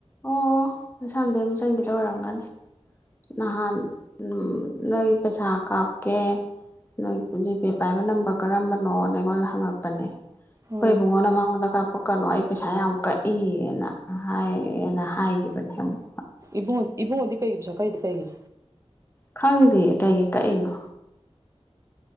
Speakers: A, on the left; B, on the right.
A: ꯑꯣ ꯅꯁꯥꯟꯗꯩ ꯃꯤꯆꯪꯒꯤꯗ ꯑꯣꯏꯔꯝꯒꯅꯤ ꯅꯍꯥꯟ ꯎꯝ ꯅ ꯄꯩꯁꯥ ꯀꯥꯞꯀꯦ ꯅꯣꯏ ꯖꯤꯄꯦ ꯄꯥꯏꯕ ꯅꯝꯕꯔ ꯀꯔꯝꯕꯅꯣꯅ ꯑꯩꯉꯣꯟꯗ ꯍꯪꯉꯛꯄꯅꯦ ꯑꯩꯈꯣꯏ
B: ꯎꯝ
A: ꯏꯕꯨꯡꯉꯣꯟꯗ ꯃꯉꯣꯟꯗ ꯀꯥꯞꯄꯛꯀꯅꯨ ꯑꯩ ꯄꯩꯁꯥ ꯌꯥꯝ ꯀꯛꯏꯅ ꯍꯥꯏ ꯅ ꯍꯥꯏꯒꯤꯈꯤꯕꯕꯅꯦ ꯍꯦꯃꯣ
B: ꯏꯕꯨꯡ ꯏꯕꯨꯡꯉꯗꯤ ꯀꯩꯒꯤ ꯄꯩꯁꯥ ꯀꯩꯗꯤ ꯀꯩꯒ
A: ꯈꯪꯉꯤꯗꯤꯌꯦ ꯀꯩꯒꯤ ꯀꯛꯏꯅꯣ